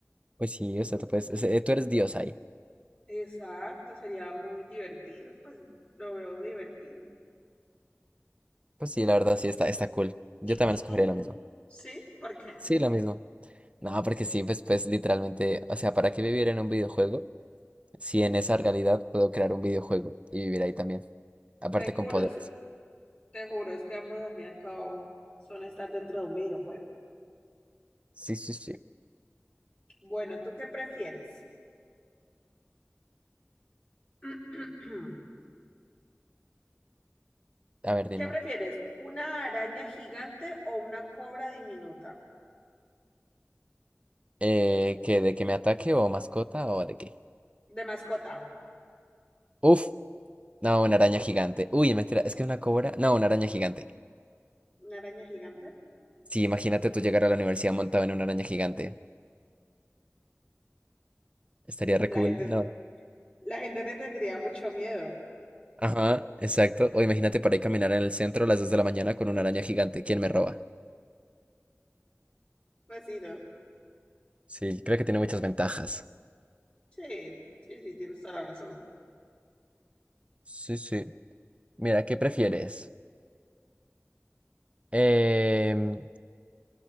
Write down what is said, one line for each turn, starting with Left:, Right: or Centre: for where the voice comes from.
Right: Pues sí, o
Left: Mm.
Right: sea, tú puedes, ese- tú eres Dios ahí.
Left: Exacto, sería muy divertido, pues lo veo divertido.
Right: Pues sí, la verdad sí está, está cool. Yo
Left: ¿Y,
Right: también
Left: y
Right: escogería
Left: tú?
Right: lo mismo.
Left: ¿Sí? ¿Por qué?
Right: Sí, lo mismo. No, porque sí, pues, pues literalmente, o sea, ¿para qué vivir en un videojuego si en esa realidad puedo crear un videojuego y vivir ahí también? Aparte
Left: Te juro,
Right: con poderes.
Left: te juro, es que ambos al fin y al cabo son estar dentro de un videojuego.
Right: Sí, sí, sí.
Left: Bueno, ¿tú qué prefieres? <clears throat>
Right: A ver, dime.
Left: ¿Qué prefieres? ¿Una araña gigante o una cobra diminuta
Right: Eh, ¿que de que me ataque o mascota o de qué?
Left: de mascota?
Right: Uf, no, una araña gigante. Uy, mentira, es que una cobra. No, una araña gigante.
Left: ¿Una araña gigante?
Right: Sí, imagínate tú llegar a la universidad montado en una araña gigante. Estaría re
Left: La
Right: cool,
Left: gente,
Right: ¿no?
Left: la gente te tendría mucho miedo.
Right: Ajá, exacto. O imagínate para ir caminar en el centro a las 2 de la mañana con una araña gigante. ¿Quién me roba?
Left: Pues sí, ¿no?
Right: Sí, creo que tiene muchas ventajas.
Left: Sí, sí, sí, tienes toda la razón.
Right: Sí, sí. Mira, ¿qué prefieres? Em,